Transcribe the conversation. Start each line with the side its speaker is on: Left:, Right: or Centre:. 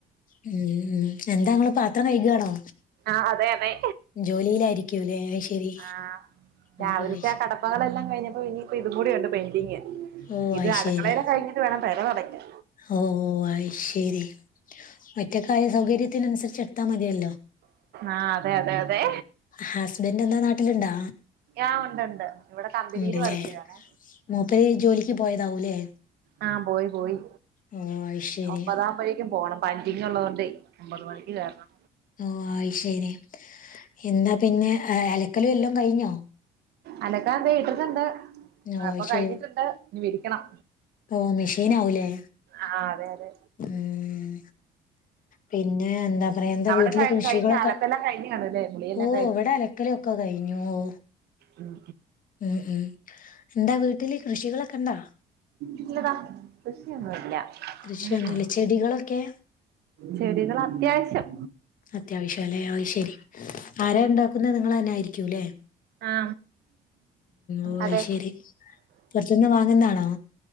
Left: ഉം ഉം എന്താങ്ങളു പാത്രം കഴുകാണോ?
Right: ആ അതെ അതെ
Left: ജോലിയിലായിരിക്കൂല്ലേ അയ്ശരി
Right: ആ രാവിലത്തെ
Left: ഓ അയ്ശരി
Right: ആ കടപ്പകളെല്ലാം കഴിഞ്ഞപ്പോ ഇനി ന്നും കൂടിണ്ട് പെന്റിങ്ങ്
Left: ഓ
Right: ഇത്
Left: അയ്ശരി
Right: അടുക്കളയില കഴിഞ്ഞിട്ട് വേണം പെര തൊടക്കൻ
Left: ഓ അയി ശരി മറ്റേ കാര്യ സൗകര്യത്തിനനുസരിച്ച് എടുത്താ മതിയല്ലോ
Right: ആഹ് അതെ അതെ അതെ
Left: ഹസ്ബൻഡ് എന്താ നാട്ടിലുണ്ടാ?
Right: ആ ഉണ്ടണ്ട് ഇവിടെ കമ്പനിയിൽ
Left: ഉണ്ടല്ലേ
Right: വർക്കു ചെയ്യുവാണ്
Left: മൂപ്പര് ജോലിക്ക് പോയതാവൂലേ
Right: ആ പോയി പോയി
Left: ഓ അയ്ശരി
Right: ഒമ്പതാമ്പഴേക്കും പോണം പഞ്ചിങ്ങ് ഉള്ളതുകൊണ്ടേ ഒമ്പത് മണിക്ക് വരണം
Left: ആ അത് ശരി എന്നാ പിന്നെ അലക്കലു എല്ലാം കഴിഞ്ഞോ?
Right: അലക്കാൻ ദേ ഇട്ടിട്ടുണ്ട്
Left: ഓ
Right: അപ്പൊ
Left: അയ്ശരി
Right: കഴിഞ്ഞിട്ടുണ്ട് ഇനി വിരിക്കണം
Left: ഓ മെഷീൻ ആവുലേ
Right: ആ അതെയതെ
Left: ഉം പിന്നെ എന്താ പറയാ എന്താ
Right: അവിടെ
Left: വീട്ടില്
Right: കഴി
Left: കൃഷികളൊക്കെ
Right: കഴിഞ്ഞ അലക്കെല്ലാം കഴിഞ്ഞ് കാണുല്ലേ കുളിയെല്ലാം
Left: ഓ ഇവിടെ അലക്കലൊക്കെ കഴിഞ്ഞു ഓ
Right: ഉം
Left: ഉം ഉം എന്താ വീട്ടില് കൃഷികളൊക്കെ ഇണ്ടോ?
Right: ഇല്ലഡാ കൃഷിയൊന്നുല്ല
Left: കൃഷിയൊന്നുല്ല
Right: ഉ ഉം
Left: ചെടികളൊക്കെ
Right: ചെടികൾ അത്യാവശ്യം
Left: അത്യാവശ്യല്ലെ അത് ശെരി ആരാ ഉണ്ടാക്കുന്നത് നിങ്ങളു തന്നെ ആയിരിക്കുല്ലേ?
Right: ആ
Left: ഓ
Right: അതെ
Left: അയ്ശരി പുറത്തുന്ന് വാങ്ങുന്നാണോ